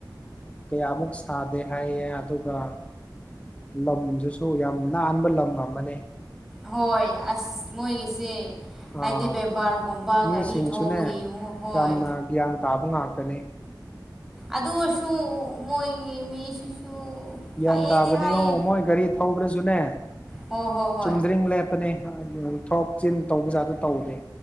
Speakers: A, on the left; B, in the centre.
A: ꯀꯌꯥꯃꯨꯛ ꯁꯥꯗꯦ ꯍꯥꯏꯌꯦ ꯑꯗꯨꯒ ꯂꯝꯗꯨꯁꯨ ꯌꯥꯝ ꯅꯥꯟꯕ ꯂꯝ ꯑꯃꯅꯦ
B: ꯍꯣꯏ ꯑꯁ ꯃꯣꯏꯒꯤꯁꯦ
A: ꯑꯥ
B: ꯍꯥꯏꯗꯤ ꯕꯦꯕꯥꯔꯒꯨꯝꯕ
A: ꯃꯤꯁꯤꯡꯁꯨꯅꯦ
B: ꯒꯥꯔꯤ ꯊꯧꯕꯒꯤ ꯃꯨꯛ ꯍꯣꯏ
A: ꯌꯥꯝꯅ ꯒ꯭ꯌꯥꯟ ꯇꯥꯕ ꯉꯥꯛꯇꯅꯦ
B: ꯑꯗꯨ ꯑꯣꯏꯔꯁꯨ ꯃꯣꯏꯒꯤ ꯃꯤꯁꯤꯁꯨ
A: ꯒ꯭ꯌꯥꯟ
B: ꯐꯩꯌꯦꯗꯤ
A: ꯇꯥꯕꯅꯦ
B: ꯍꯥꯏꯌꯦ
A: ꯑꯣ ꯃꯣꯏ ꯒꯥꯔꯤ ꯊꯧꯕ꯭ꯔꯖꯨꯅꯦ
B: ꯍꯣ ꯍꯣ
A: ꯆꯨꯝꯗ꯭ꯔꯤꯡ ꯂꯦꯞꯄꯅꯦ ꯊꯣꯛꯆꯤꯟ ꯇꯧꯕꯖꯥꯠꯇꯣ ꯇꯧꯗꯦ